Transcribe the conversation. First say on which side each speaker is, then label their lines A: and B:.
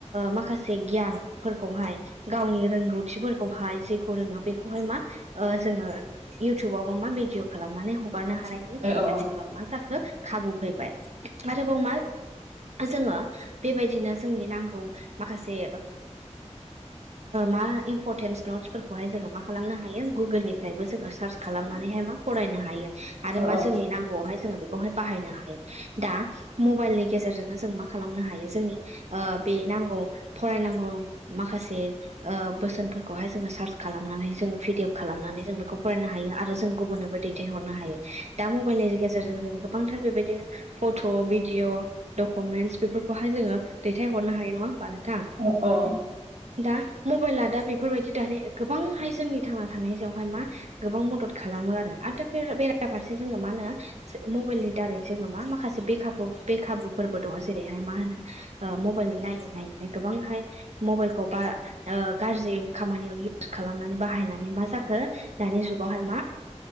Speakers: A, on the right; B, on the right.
A: माखासे गियानफोरखौहाय गाव गावनि रोंगौथि फोरखौहाय जेखौ रोङो बेखौहाय मा जोङो इउटुबावहाय मा बि भिदिअ खालामनानै हगारनो हानायनि
B: औ
A: आथिखालाव मा जाखो खाबु फैबाय आरोबाव मा जोङो बेबायदिनो जोंनि नांगौ माखासे मा इम्परटेन्स नटसफोरखौहाय जोङो मा खालामनो हायो गुगोलनिफ्रायबो जोङो सार्च खालामनानैहाय मा फरायनो हायो आरो
B: औ
A: मा जोंनि नांगौआवहाय जोङो बेखौहाय बाहनो हायो दा मबाइलनि गेजेरजोंनो जों मा खालामनो हायो जोंनि बे नांगौ फरायनांगौ माखासे बोसोनफोरखौहाय जोङो सार्च खालामनानै जों भिडिअ खालामनानै जों बेखौ फरायनो हायो आरो जों गुबुननोबो दैथायहरनो हायो दा मबाइलनि गेजेरजों जों गोबां <unintelligible> फट' भिडिअ' डकुमेन्टस बेफोरखौहाय जोङो दैथाय हरनो हायो नङा हबानो
B: अ औ
A: दा मबाइला दा बेफोरबायदि दानि गोबांहाय जोंनि थांना थानाय सायावहाय मा गोबां मदद खालामो आरो <unintelligible> बेराफारसे जोङो मा होनो मबाइलनि दारै जोङो मा माखासे बेखा बेखाबुफोर <unintelligible> जेरैहाय मा होनो ओ मबाइल नाय नायैनो गोबांहाय मबाइलखौ बा गाज्रि खामानियाव इउस खालामनानै बाहायनानै मा जाखो दानि जुगावहाय मा